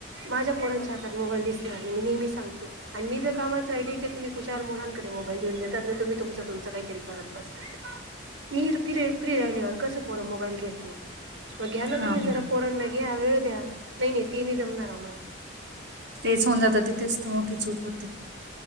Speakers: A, on the right; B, on the right.
A: माझ्या पोरच्या हाता त मोबाईल दिसनार नाही मी नेहमी सांगते सांगते मी जर कामात राहिली कि तुम्ही खुशाल मुलाकडे मोबाईल देऊ देतात ना तुम्ही तुच तुच काय तरी काही तरी करत बसता ते करत बसता मी फ्री राहिली तर कस पोर मोबाईल बगतील कोण मग घ्या ना
B: हां,
A: तुम्ही जरा
B: हां.
A: पोरण नाही घ्या वेळ द्या नाही नाही ते नाही जमणार आम्हाला
B: तेच होऊन जात तिथेच तर मोठी चूक होते